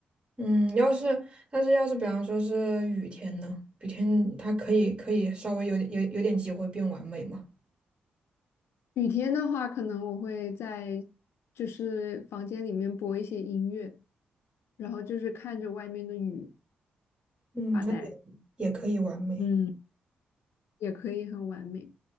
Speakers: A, on the right (about 25°); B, on the left (about 75°).
A: 嗯，要是但是要是比方说是雨天呢，雨天它可以可以稍微有点有有点机会变完美嘛。
B: 雨天的话，可能我会在就是房间里面播一些音乐，然后就是看着外面的雨
A: 嗯，
B: 发呆，
A: 那也也可以完美。
B: 嗯，也可以很完美。